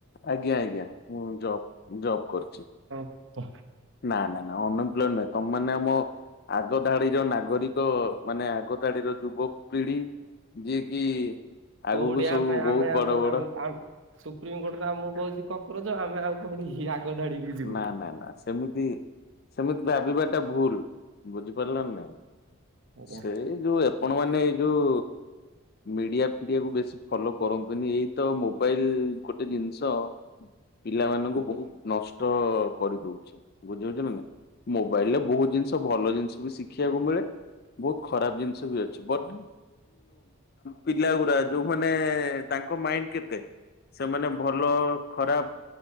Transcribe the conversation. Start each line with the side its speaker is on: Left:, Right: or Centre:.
Left: ଆଜ୍ଞା ଆଜ୍ଞା ମୁଁ ଜବ ଜବ କରିଛି।
Right: ଉହୁଁ।
Left: ନା ନା ନା ଅନଏମ୍ପ୍ଲ ନଁ ତମ ମାନେ ଆମ ଆଗ ଧାଡିର ନାଗରିକ ମାନେ ଆଗ ଧାଡିର ଯୁବ ପିଢି ଯିଏ କିି ଆଗକୁ
Right: ହଉଠିଆ
Left: ସବୁ
Right: ଆମେ
Left: ବହୁତ
Right: ଆମେ ଆମେମେ
Left: ବଡ ବଡ
Right: ସୁପ୍ରିମକୋର୍ଟ ତ ଆମକୁ କହୁଛି। କକରୋଜ ଆମେ ଆଉ କୋଉଠି ଧାଡିକି ଯିବୁ
Left: ନା ନା ନା ସେମିତି ସେମିତି ଭାବ ଟା ଭୁଲ ବୁଝିପାରିଲାନ ନାଇଁ?
Right: ଆଜ୍ଞା।
Left: ସେଇ ଯୋଉ ଆପଣ ମାନେ ଏଇ ଯୋଉ ମିଡିଆ ଫିଡିଆ କୁ ବେଶୀ ଫଲୋ କରନ୍ତୁନି। ଏଇତ ମୋବାଇଲ ଗୋଟେ ଜିନିଷ ପିଲାମାନଙ୍କୁ ବହୁତ ନଷ୍ଟ କରିଦଉଛ ବୁଝାରୁଛ ନା ନା ମୋବାଇଲ ରେ ବହୁତ ଜିନିଷ ଭଲ ଜିନିଷ ବି ଶିଖିବାକୁ ମିଳେ ବହୁତ ଖରାପ ଜିନିଷ ବି ଅଛି ବଟ ପିଲ ଗୁଡା ଯୋଉମାନେ ତାଙ୍କ ମାଇଣ୍ଡ କେତେ ସେମାନେ ଭଲ ଖରାପ